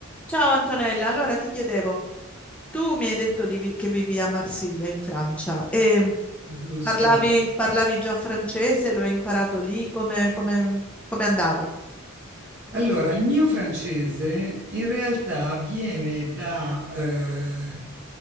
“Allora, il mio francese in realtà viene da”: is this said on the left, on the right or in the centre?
Right